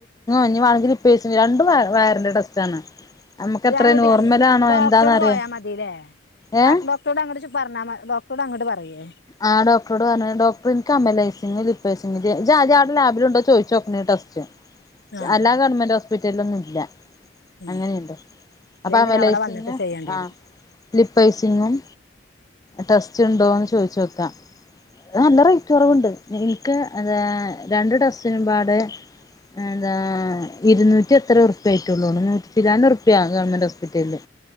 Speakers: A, on the left; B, on the left.
A: ങ്ങീ വാണെങ്കി <unintelligible> രണ്ടും വയറിന്റെ ടെസ്റ്റാണ്. നമുക്ക് എത്ര
B: ഞാൻട്ട്
A: നോർമലാണോ
B: ഡോക്ടറോട്
A: എന്താന്നറിയാൻ
B: പോയാൽ മതില്ലേ
A: ഏഹ്
B: ഡോക്ടറോട് അങ്ങട്ട് പറഞ്ഞാ <unintelligible> ഇവടെ അങ്ങട്ട് പറയേ
A: ആ ഡോക്ടറോട് പറഞ്ഞ ഡോക്ടർ ഇൻക്ക് അമൽ ഐ സി <unintelligible> ജ്ജാദ്യവ്ടെ ലാബില്ണ്ടോ ചോയിച്ചോക്കണ്ടീ ടെസ്റ്റ്
B: ആ
A: എല്ലാ ഗവൺമെന്റ് ഹോസ്പിറ്റൽലും ഇല്ല,
B: ഉം
A: അങ്ങനെയുണ്ടോ
B: ഇല്ലേ
A: അപ്പൊ,
B: പിന്നെ
A: അമല
B: അവിടെ
A: ഐസിങ്ങും,
B: വന്നിട്ട് ചെയ്യേണ്ടി
A: ആ,
B: വരും
A: ലിപ്പ് ഐസിങ്ങും ടെസ്റ്റ്, ഉണ്ടോന്ന്, ചോയിചോക്കാം. നല്ല, റേറ്റ്, കൊറവുണ്ട്, ൻക്ക്, രണ്ട്, ടെസ്റ്റിനുംപാടെ എന്താ, ഇരുന്നൂറ്റി, എത്ര ഉറുപ്പ്യയിട്ടള്ളൂ, നൂറ്റി ചില്ലാൻഡ്ർപപ്യ, ഗവൺമെന്റോസ്പിറ്റല്